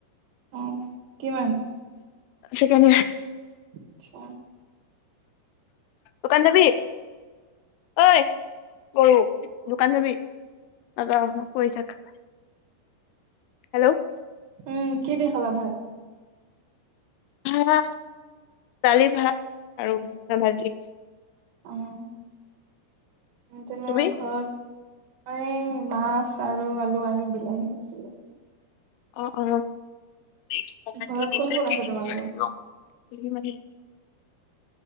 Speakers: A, on the right; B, on the left.
A: অ। কিমান?
B: সেইকাৰণে,
A: আচ্ছা
B: দোকান জাবি? ঐ গৰু দোকান যাবি? অ চক কৰি হেল্ল',
A: উম কিহেদি খালা ভাত?
B: ভাত দালি ভাত আৰু ভা ভাজি।
A: অহ। তেনে
B: তুমি
A: ঘৰত, ম এই মাছ আৰু আলু আৰু বিলাহী আছিলে।
B: অ অ। চ্ৰীমাৰিল
A: ঘৰত কোন কোন আছে তোমালোকৰ?